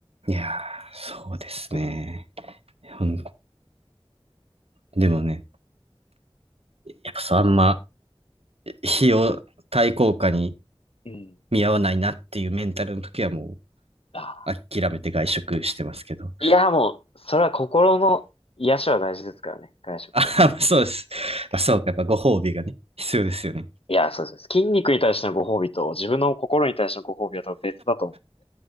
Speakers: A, on the right; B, on the left.
A: いやー、そうですね。
B: <laughs>
A: ほんでもね、やっぱそう、あんま、費用対効果に
B: うん。
A: 見合わないなっていうメンタルの時はも
B: あ
A: う、諦めて外食してますけど。
B: いや、もう、それは心の癒しは大事ですからね、外食で。
A: あ、そうです。まあ、そうか、やっぱご褒美がね、必要ですよね。
B: いや、そうです。筋肉に対してのご褒美と、自分の心に対してのご褒美は多分別だと思う。